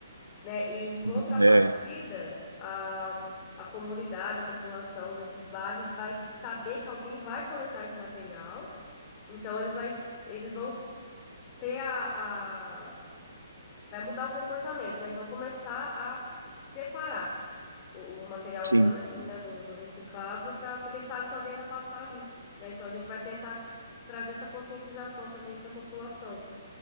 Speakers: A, on the left; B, on the right.
A: né? E em contrapartida,
B: hum, é,
A: a, a comunidade, a população desses bairros vai saber que alguém vai coletar esse material, então eles, vai, eles vão ter a, a- Vai mudar o comportamento, né? Eles vão começar a separar o, o material
B: sim.
A: orgânico, né, do, do reciclável, pra, porque sabe que alguém vai passar ali, né? Então a gente vai tentar trazer essa conscientização também para a população,